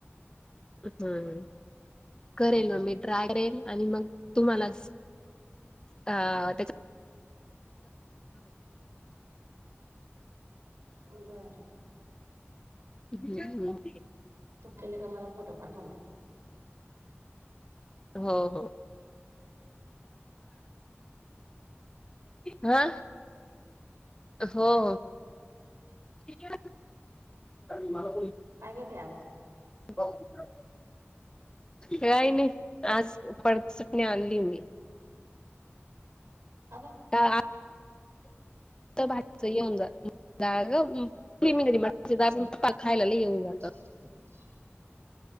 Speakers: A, on the left; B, on the right.
A: हम करेल मग मी ट्राय करेल आणि मग तुम्हाला अ त्या
B: अर
A: हम्
B: तो केले का मला फोटो पाठव
A: हो हो हा हो ठी मला
B: काय ब ते आज
A: ब <inaudible> य नाही आज पर्सटने आणनली होई
B: अ
A: ह भाजच येऊन जात दाळली दाळ पण खायला येऊन जातं
B: <unintelligible> <inaudible>